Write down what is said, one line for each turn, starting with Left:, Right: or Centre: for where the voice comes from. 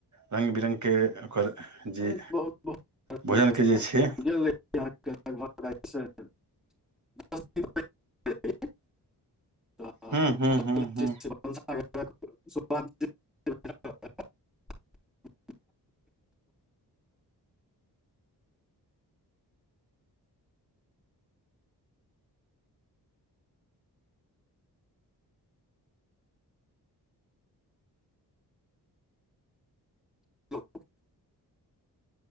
Right: रंग- बिरंगके ओकर
Centre: <unintelligible>
Right: जे भोजनके जे छै
Centre: <unintelligible> <inaudible>
Right: हूँ हूँ हूँ हूँ
Centre: <unintelligible> हेलो